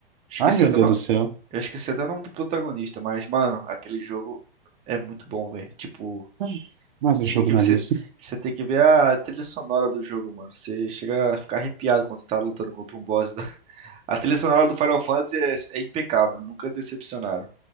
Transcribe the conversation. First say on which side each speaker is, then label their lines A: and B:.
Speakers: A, on the right (about 20°); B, on the right (about 55°).
A: Esqueci
B: Ai, meu
A: até
B: Deus
A: o nome.
B: do céu.
A: Eu esqueci até o nome do protagonista, mas, mano, aquele jogo é muito bom, velho. Tipo,
B: Ai, Mais
A: você
B: um jogo
A: tem que
B: na
A: ver, você,
B: lista.
A: você tem que ver a trilha sonora do jogo, mano. Você chega a ficar arrepiado quando você tá lutando contra um boss. da- <laughs> A trilha sonora do Final Fantasy é, é impecável, nunca decepcionaram.